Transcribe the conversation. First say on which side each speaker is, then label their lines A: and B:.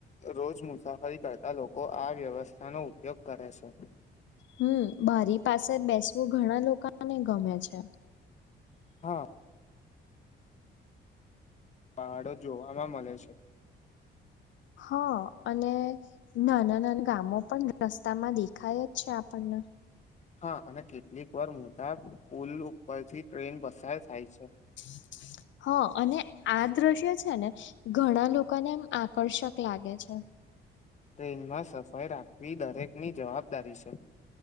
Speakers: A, on the left (about 35°); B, on the left (about 70°).
A: રોજ મુસાફરી કરતા લોકો આ વ્યવસ્થાનો ઉપયોગ કરે છે.
B: હમ્મ, બારી પાસે બેસવું ઘણા લોકાને ગમે છે.
A: હા. પહાડો જોવાવામાં મલે છે.
B: હા અને નાના નાના ગામો પણ રસ્તામાં દેખાય જ છે આપન ને.
A: હા અને કેટલીક વાર મોટા પુલ ઉપરથી ટ્રેન પસાર થાય છે.
B: <inaudible> હા અને આ દ્રશ્ય છે ને ઘણા લોકોને એમ આકર્ષક લાગે છે. <inaudible>
A: ટ્રેનમાં સફાઈ રાખવી દરેકની જવાબદારી છે.